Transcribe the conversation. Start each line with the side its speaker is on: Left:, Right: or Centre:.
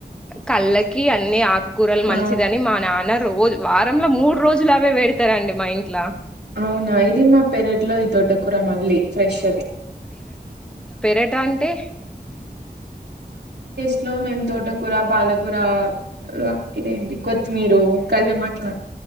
Centre: కళ్ళకి అన్ని ఆకుకూరలు మంచిదని
Right: ఆ
Centre: మా నాన్న రోజు వాత్ వారంల మూడు రోజులు అవే పెడతారండి మా ఇంట్ల
Right: అవునా ఇది మా పెరట్లోది తొటకూర మళ్ళీ ఫ్రెష్ ది
Centre: ఎటంటే
Right: ఇట్లో మేం తోటకూర పాలకూర ర ఇదేంటి కొత్తిమీరు కళ్యామాట్ల